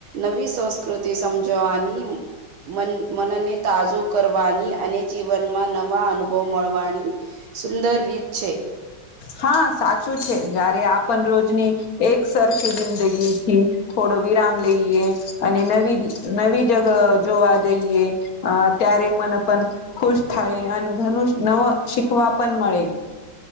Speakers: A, on the right (about 75°); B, on the left (about 55°).
A: નવી સંસ્કૃતિ સમજવાની મન મનને તાજું કરવાની અને જીવનમાં નવા અનુભવ મળવાની સુંદર રીત છે.
B: હા સાચું છે જારે આપણ રોજની એક સરખી જિંદગીથી થોડો વિરામ લઈએ અને નવી નવી જગ જોવા જઈએ. અ ત્યારે મન પણ ખુશ થાય અને ઘણું નવ શીખવા પણ મળે.